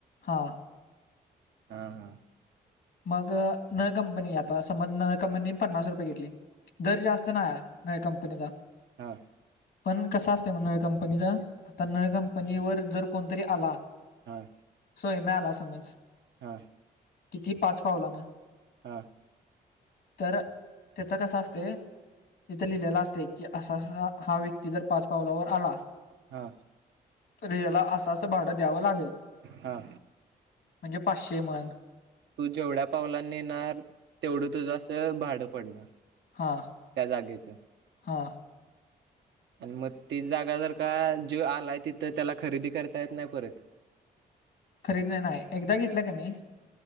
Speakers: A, on the left; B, on the right.
A: हम
B: हम हम
A: मग नळ कंपनी आता समन्न कंपनी पन्नास रुपये घेतली दर जास्त नळा हाय नळ कंपनीला
B: हम्म
A: पण कसा असते म नळ कंपनीचा नळ कंपनी वर जर कोणतरी आला
B: हम
A: सोय मिळाला समज
B: हम
A: किती पाच पावलान
B: हा
A: तर त्याचा कस असतय तिथं लिहल्यालं असते कि असा हा व्यक्ती जर पाच पावलावर आला
B: हा
A: तरी याला असं असं भाडं द्यावं लागेल
B: हा
A: म्हणजे पाचशे म्हण
B: तू जेवढ्या पावला येणार तेवढं तुझं असं भाडं पडणार
A: हा
B: त्या जागेचं
A: हा
B: आणि मग ती जागा जर का जे <unintelligible> आलाय तिथं त्याला खरेदी करता येत नाही परत <inaudible>
A: खरीद नाही <unintelligible> ना एकदा घेतल का नाही